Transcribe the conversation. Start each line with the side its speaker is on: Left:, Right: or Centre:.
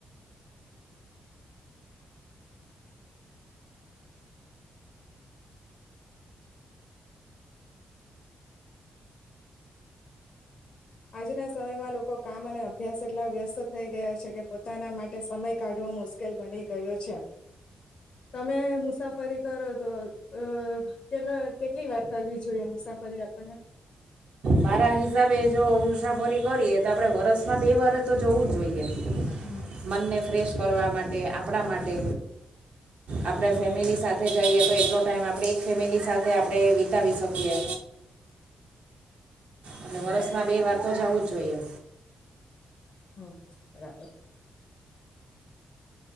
Left: આજના સમયમાં લોકો કામ અને અભ્યાસ એટલા વ્યસ્ત થઈ ગયા છે કે પોતાના માટે સમય કાઢવો મુશ્કેલ બની ગયો છે તમે મુસાફરી કરો તો અ કે કેટલી વાર કરવી જોઈએ મુસાફરી આપણને
Right: મારા હિસાબે જો મુસાફરી કરીએ તો આપડે વરસમાં બે વાર તો જોવું જ જોઈએ.
Left: હમ
Right: મનને ફ્રેશ કરવા માટે આપણા માટે આપડા
Left: હમ
Right: ફેમિલી સાથે જ જઈએ તો એટલો ટાઈમ આપણે એક ફેમિલી સાથે આપણે વિતાવી શકીએ. એટલે વર્ષમાં બે વાર તો જવું જ જોઈએ.
Left: હમ બરાબર